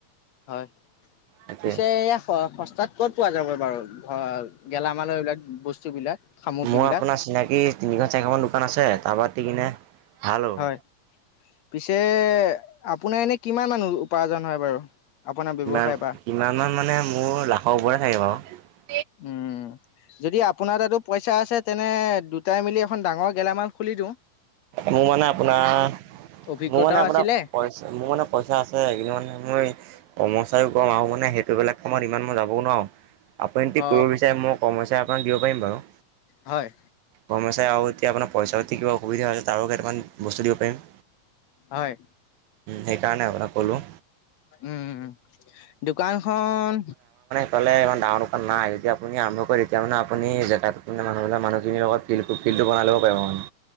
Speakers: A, on the left (about 60°); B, on the right (about 80°).
A: হয়।
B: সেইটোৱে।
A: পিছে এইয়া স সচ তাত ক'ত পোৱা যাব বাৰু গেলামাল এইবলাক বস্তুবিলাক? সামগ্ৰীবিলাক
B: মোৰ আপোনাৰ চিনাকি তিনিখ চাৰিখ মান দোকান আছে তাৰপাতি কিনে ভাল হ'ব।
A: হয় পিছে আপোনাৰ এনে কিমান মানুহ উপাৰ্জন হয় বাৰু? আপোনাৰ ব্যৱসায়ৰ
B: কিমান-কিমান
A: পৰা
B: মান মানে মোৰ লাখৰ ওপৰে থাকে বাৰু৷
A: উম যদি আপোনাৰ তাতো পইচা আছে তেনে দুটাই মিলি এখন ডাঙৰ গেলামাল খুলি দিওঁ৷
B: মোৰ মানে আপোনাৰ
A: অভিজ্ঞতাও
B: মোৰ মানে আপোনাৰ
A: আছিলে
B: পই পইচা মোৰ মানে পইচা আছে সেই মানে মই কৰ্মচাৰীও গম আহোঁ মানে সেইটোবিলাক সময়ত ইমান মই যাবও নোৱাৰোঁ আপুনি
A: অ
B: কৰিব বিচাৰে মই কৰ্মচাৰী আপোনাক দিব পাৰিম বাৰু৷
A: হয়
B: কৰ্মচাৰী আৰু এতিয়া আপোনাৰ পইচা যতি কিবা অসুবিধা হৈছে তাৰো কেইটামান বস্তু দিব পাৰিম৷
A: হয়
B: সেইকাৰণে আপোনাক ক'লোঁ৷
A: উম দোকানখন
B: ক'লে ইমান ডাঙৰ দোকান নাই যদি আপুনি আৰম্ভ কৰে তেতিয়া মে আপুনি আৰম্ভ মানুহ মানুহখিৰ লগত ফ <unintelligible> টো বনাই লব পাৰিব মানে৷